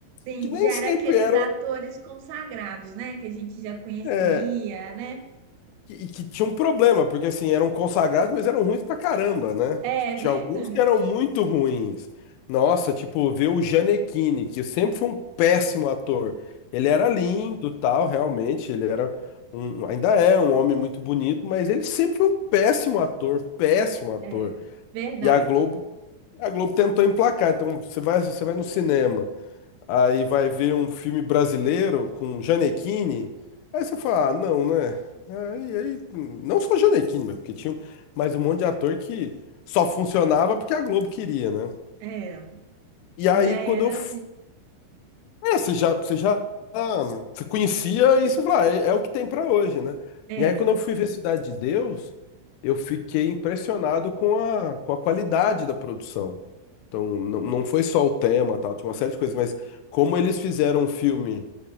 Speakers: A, on the right; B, on the left.
A: Sim,
B: que nem
A: já
B: sempre
A: era aqueles
B: era.
A: atores consagrados, né? Que a gente já conhecia,
B: é,
A: né?
B: E que tinha um problema, porque assim, eram consagrados, mas eram ruins pra caramba, né?
A: É
B: Tipo, tinha
A: <laughs>
B: alguns
A: verdade.
B: que eram muito ruins. Nossa, tipo, ver o Gianecchini, que sempre foi um péssimo ator. Ele era lindo, tal, realmente, ele era um, ainda é um homem muito bonito, mas ele sempre foi um péssimo ator, péssimo ator.
A: É verdade.
B: E a Globo, a Globo tentou emplacar. Então, você vai, você vai no cinema. Aí vai ver um filme brasileiro com Janequine. Aí você fala, ah, não, né? Aí, aí, não só Janequine, mas porque tinha mais um monte de ator que só funcionava porque a Globo queria, né?
A: É,
B: E aí
A: já
B: quando
A: era.
B: eu. f- É, você já, você já ah, você conhecia e você fala, ah, é, é o que tem pra hoje, né?
A: É,
B: E aí quando eu fui ver Cidade de Deus, eu fiquei impressionado com a, com a qualidade da produção. Então, não, não foi só o tema, tal, tinha uma série de coisas, mas como eles fizeram um filme